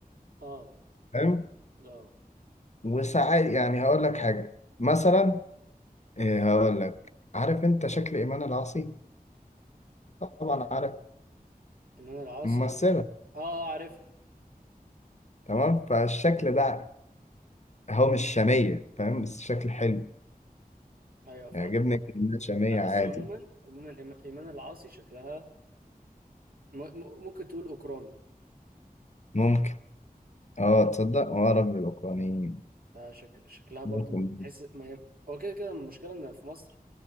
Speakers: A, on the right (about 70°); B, on the left (about 45°).
A: اه
B: فاهم
A: اه
B: وساعات يعني هقول لك حاجه مثلا إيه هقول لك عارف انت شكل ايمان العاصي طبعا
A: إيمان
B: عارف
A: إيمان العاصي
B: ممثله
A: اه اه عارف
B: تمام فالشكل ده هو مش شاميه فاهم بس شكل حلو
A: ايوه فاهم
B: يعجبني كلمه شاميه
A: لا
B: عادي
A: بس عموما عموما إيم- إيمان العاصي شكلها م- م- ممكن تقول أوكراني
B: ممكن اه تصدق اه رب الاوكرانيين
A: فشك... شكلها برضو
B: ممكن
A: تحس ما هي هو كده كده المشكلة إن في مصر